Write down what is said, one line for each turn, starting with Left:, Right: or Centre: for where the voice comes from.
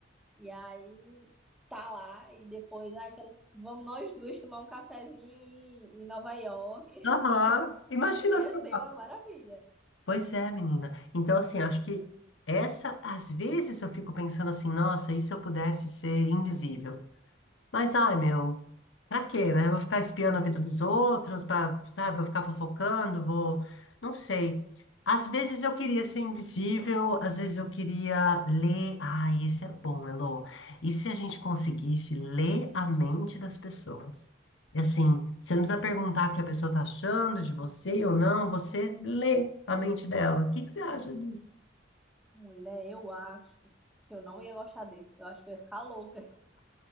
Centre: E aí tá lá e depois, ai, quero, vamos nós duas tomar um cafezinho em, em Nova York.
Left: aham, imagina
Centre: Ia
Left: só.
Centre: ser uma maravilha.
Left: Pois é, menina. Então, assim, acho que essa, às vezes eu fico pensando assim, nossa, e se eu pudesse ser invisível? Mas, ai, meu, pra quê, né? Vou ficar espiando a vida dos outros, pra, sabe? Vou ficar fofocando, vou. Não sei. Às vezes eu queria ser invisível, às vezes eu queria ler. Ai, esse é bom, Elô. E se a gente conseguisse ler a mente das pessoas? E assim, você não precisa perguntar o que a pessoa tá achando de você ou não, você lê a mente dela. O que que você acha disso?
Centre: Mulher, eu acho que eu não ia gostar disso. Eu acho que eu ia ficar louca,